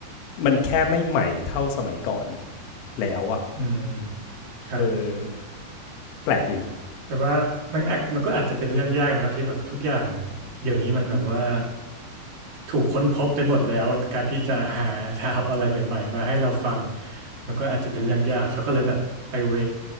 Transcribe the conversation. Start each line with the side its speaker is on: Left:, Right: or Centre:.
Left: มันแค่ไม่ใหม่เท่าสมัยก่อนแล้วอ่ะ
Right: อืมครับ
Left: เออแปลกดีเนาะ
Right: แต่ว่ามันอาจมันก็อาจจะเป็นเรื่องยากนะครับที่แบบทุกอย่างเดี๋ยวนี้มันแบบว่าถูกค้นพบไปหมดแล้วการที่จะหาซาวด์อะไรใหม่ๆมาให้เราฟังมันก็อาจจะเป็นเรื่องยากเขาก็เลยแบบไปเว